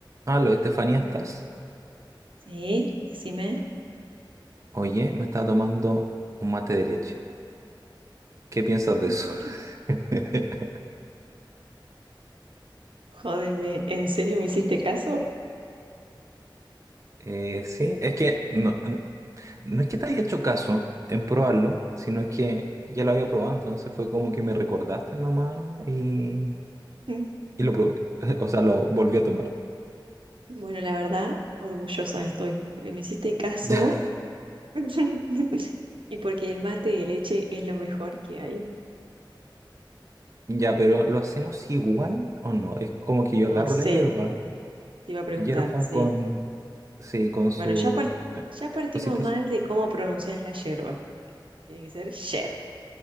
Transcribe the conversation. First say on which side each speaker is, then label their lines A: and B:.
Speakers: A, on the right; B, on the right.
A: Aló, Estefanía,
B: Oh,
A: ¿estás?
B: Sí, decime.
A: Oye, me estaba tomando un mate de leche. ¿Qué piensas de
B: <laughs>
A: eso? <laughs>
B: Jódeme, ¿en serio me hiciste caso?
A: Eh, sí, es que no, no es que te haya hecho caso en
B: <laughs>
A: probarlo, sino que ya lo había probado, entonces fue como que me recordaste nomás y,
B: Mm.
A: y lo probé. <laughs> O sea, lo volví a tomar.
B: Bueno, la verdad, orgullosa estoy, porque me hiciste caso
A: <laughs>
B: <laughs> y porque el mate de leche es lo mejor que hay.
A: Ya, pero ¿lo hacemos igual o no? Es como que yo agarro
B: No sé,
A: la hierba,
B: te iba a preguntar,
A: hierba
B: sí.
A: con, sí, con sus
B: Bueno, ya, part- ya partimos
A: cositas.
B: mal de cómo pronuncias la yerba. Tiene que ser yer.